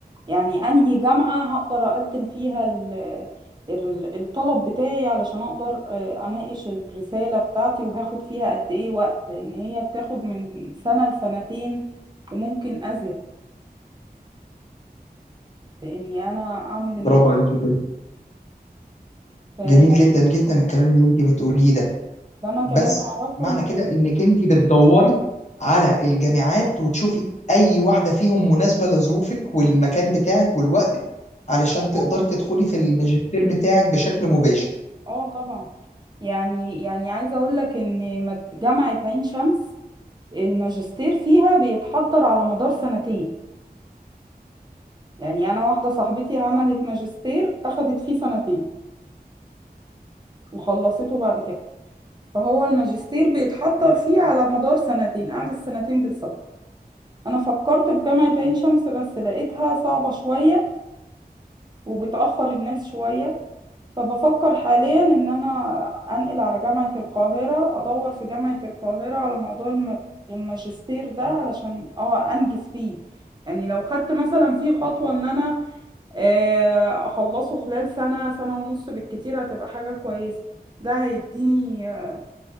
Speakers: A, on the right; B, on the left.
A: يعني انهي جامعة هقدر اقدم فيها ال- ال- الطلب بتاعي علشان اقدر آه، اناقش الرسالة بتاعتي وهاخد فيها قد ايه وقت لان هي بتاخد من سنة لسنتين وممكن ازيد باني انا اعمل
B: برافو
A: الموضوع
B: عليكي جدا
A: فيعني
B: جميل جدا جدا الكلام اللي انت بتقوليه ده
A: ده انا كمان
B: بس
A: اعرفه
B: معنى
A: ان
B: كده انك انت بتدوري على الجامعات وتشوفي اي واحده فيهم مناسبه لظروفك والمكان بتاعك والوقت علشان
A: اه
B: تقدري
A: طبعا
B: تدخلي في الماجستير بتاعك بشكل مباشر
A: اه طبعا يعني يعني عايزة اقول لك ان مد- جامعة عين شمس الماجستير فيها بيتحضر على مدار سنتين يعني انا واحدة صاحبتي عملت ماجستير اخدت فيه سنتين وخلصته بعد كده فهو الماجستير بيتحضر فيه على مدار سنتين قعدت سنتين بالظبط انا فكرت في جامعة عين شمس بس لقيتها صعبة شوية وبتأخر الناس شوية فبفكر حاليا ان انا انقل على جامعة القاهرة ادور في جامعة القاهرة على موضوع الم- الماجستير ده علشان اه انجز فيه يعني لو خدت مثلا فيه خطوة ان انا آه، اخلصه خلال سنة سنة ونص بالكتير هتبقى حاجة كويسة ده هيديني آه،